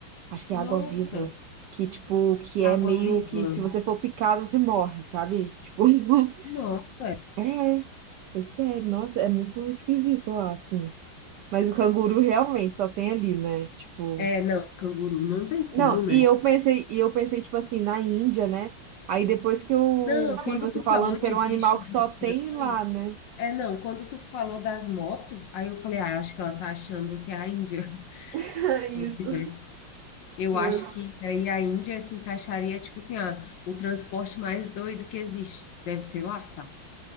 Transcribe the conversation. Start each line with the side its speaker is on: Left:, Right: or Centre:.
Right: Acho que é água
Left: Nossa,
Right: viva. Que, tipo, que é
Left: água-viva.
Right: meio que se você for picado, você morre, sabe? Tipo, <laughs>
Left: Nossa.
Right: é, é sério, nossa, é muito esquisito lá, assim. Mas o canguru realmente só tem ali, né? Tipo.
Left: É, não, canguru não tem como,
Right: Não,
Left: né?
Right: e eu pensei, e eu pensei, tipo assim, na Índia, né? Aí depois que eu
Left: Não, quando
Right: vi você
Left: tu
Right: falando
Left: falou
Right: que
Left: de
Right: era um
Left: bichos
Right: animal que só
Left: estranhos.
Right: tem lá, né?
Left: É, não, quando tu falou das motos, aí eu falei, ah, acho que ela tá achando que é a Índia.
Right: <laughs>
Left: <laughs>
Right: Isso,
Left: Eu
Right: foi.
Left: acho que daí a Índia se encaixaria, tipo assim, ah, o transporte mais doido que existe. Deve ser lá, sabe?